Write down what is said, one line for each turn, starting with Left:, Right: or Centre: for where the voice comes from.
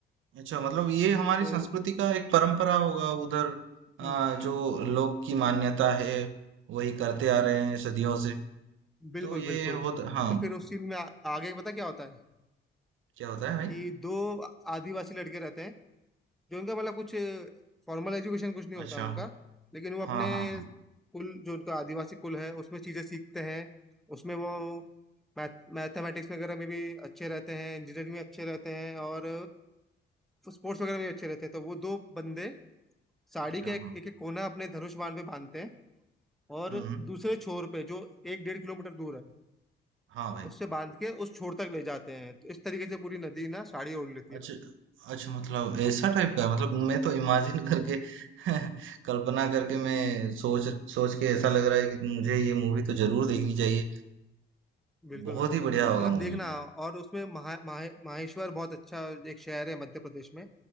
Right: अच्छा मतलब ये हमारी
Centre: तो
Right: संस्कृति का एक परंपरा होगा उधर आ,
Centre: हम्म
Right: जो लोग की मान्यता है वही करते आ रहे हैं सदियों से
Centre: बिल्कुल
Right: तो ये
Centre: बिल्कुल
Right: होता हाँ
Centre: तो फिर उस सीन में आ, आगे पता क्या होता है
Right: क्या होता है भाई
Centre: कि दो आदिवासी लड़के रहते हैं जो उनका मतलब कुछ फॉर्मल एजुकेशन कुछ नहीं होता
Right: अच्छा
Centre: उनका लेकिन वो अपने
Right: हाँ हाँ हाँ
Centre: कुल जो उनका आदिवासी कुल है उसमें चीज़ें सीखते हैं उसमें वो मैथ मैथमेटिक्स वगैरह में भी अच्छे रहते हैं इंजीनियरिंग में अच्छे रहते हैं और स्पोर्ट्स वगैरह में भी अच्छे रहते हैं तो वो दो बंदे साड़ी
Right: अच्छा
Centre: का एक
Right: हाँ
Centre: एक, एक कोना अपने धनुष बाण पे बांधते हैं और
Right: हम्म हम्म,
Centre: दूसरे छोर पे जो एक डेढ़ किलोमीटर दूर है
Right: हाँ भाई
Centre: उससे बांध के उस छोर तक ले जाते हैं तो इस तरीके से पूरी नदी ना साड़ी ओढ़ लेती है
Right: अच्छा अच्छा मतलब ऐसा टाइप का है। मतलब मैं तो इमेजिन करके <laughs> कल्पना करके मैं सोच सोच के ऐसा लग रहा है कि मुझे ये मूवी तो जरूर देखनी चाहिए
Centre: बिल्कुल
Right: बहुत
Centre: भाई
Right: ही बढ़िया होगा
Centre: मतलब
Right: मूवी
Centre: देखना और उसमें महा, महा, माहेश्वर बहुत अच्छा एक शहर है मध्य प्रदेश में